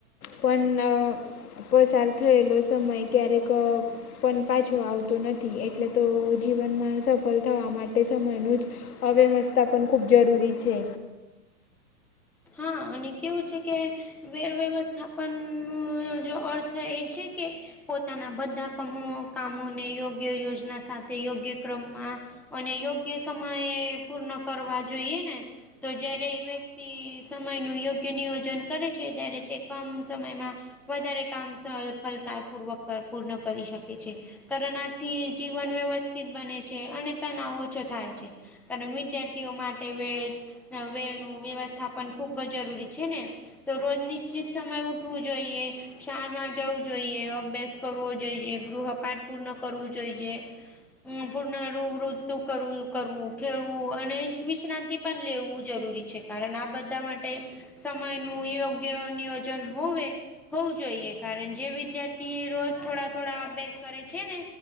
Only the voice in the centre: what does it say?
હા અને કેવું છે, કે વેળ વ્યવસ્થાપનનો જ અર્થ એ છે, કે પોતાના બધા કામો કામોને યોગ્ય યોજના સાથે યોગ્ય ક્રમમાં અને યોગ્ય સમયે પૂર્ણ કરવા જોઈએ ને તો જયારે વ્યક્તિ સમયનું યોગ્ય નિયોજન કરે છે, ત્યારે તે કમ સમયમાં વધારે કામ સફળતા પૂર્વક પૂર્ણ કરી શકે છે. તરુણાથી જીવન વ્યવસ્થિત બને છે અને તણાવ ઓછો થાય છે. કારણ વિદ્યાર્થીઓ માટે વેળે વેળનું વ્યવસ્થાપન ખૂબ જરૂરી છે ને. તો રોજ નિશ્ચિત સમય ઉઠવું જોઈએ શાળામાં જવું જોઈએ અભ્યાસ કરવો જોઈએ ગૃહ પાઠ પૂર્ણ કરવું જોઈએ. પૂર્ણ રોગવઋતુ કરવું કરવું ખેડવું અને વિશ્રાંતિ પણ લેવું જરૂરી છે કારણ આ બધ બધા માટે સમય નું યોગ્ય નિયોજન હોવે હોવું જોઈએ કારણ જે વિદ્યાર્થી રોજ થોડા થોડા અભ્યાસ કરે છે ને